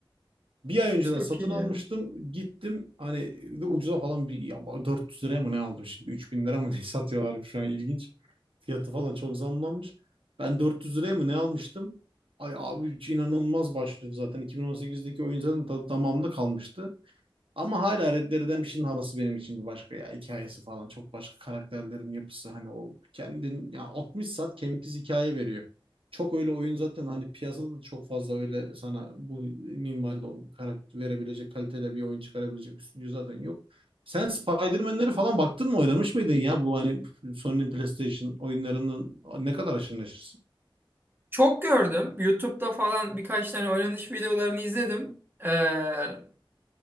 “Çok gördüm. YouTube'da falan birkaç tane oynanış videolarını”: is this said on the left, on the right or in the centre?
Right